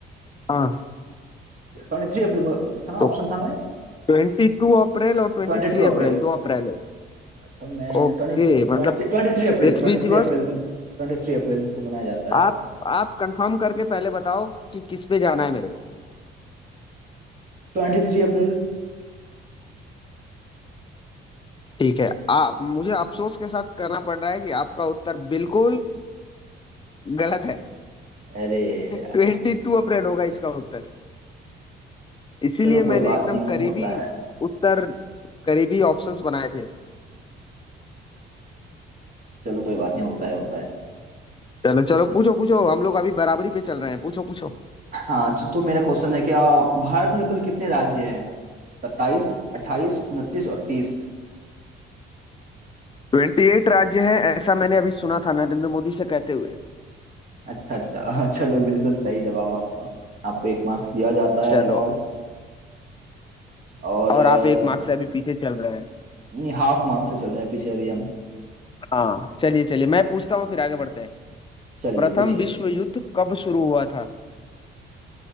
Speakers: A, on the left; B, on the right.
A: हाँ
B: twenty three April बोला था ना
A: तो
B: ऑप्शन था ना
A: ट्वेंटी टू अप्रैल और ट्वेंटी
B: Twenty
A: थ्री
B: two April
A: अप्रैल दो अप्रैल है
B: अच्छा मैं
A: ओके
B: twenty twenty
A: मतलब
B: twenty three April
A: पृथ्वी
B: twenty three
A: दिवस
B: April के ट्वेंटी थ्री अप्रैल को मनाया जाता
A: आप
B: है
A: आप कंफर्म करके पहले बताओ कि किस पे जाना है मेरे को
B: Twenty three April
A: ठीक है आप मुझे अफसोस के साथ करना पड़ रहा है कि आपका उत्तर बिल्कुल गलत है
B: अरे यार
A: ट्वेंटी टू अप्रैल होगा इसका उत्तर इसीलिए
B: चलो कोई
A: मैंने
B: बात
A: एकदम
B: नहीं हो
A: करीबी
B: होता है
A: उत्तर करीबी ऑप्शंस बनाए थे
B: चलो कोई बात नहीं होता है होता है
A: चलो चलो पूछो पूछो हम लोग अभी बराबरी पे चल रहे हैं पूछो पूछो
B: हाँ तो, तो मेरा क्वेश्चन है क्या भारत में कुल कितने राज्य हैं सत्ताईस अट्ठाईस उनतीस और तीस
A: ट्वेंटी एट राज्य है ऐसा मैंने अभी सुना था नरेंद्र मोदी से कहते हुए
B: अच्छा अच्छा <laughs> चलो बिल्कुल सही जवाब आपका आपको एक मार्क्स दिया जाता
A: चलो
B: है और और
A: और
B: अ,
A: आप एक मार्क्स से अभी पीछे चल रहे हैं
B: नहीं हाफ मार्क्स से चल रहे हैं पीछे अभी हम
A: हाँ चलिए चलिए मैं पूछता हूँ फिर आगे बढ़ते हैं
B: चलिए
A: प्रथम
B: पूछिए
A: विश्व युद्ध कब शुरू हुआ था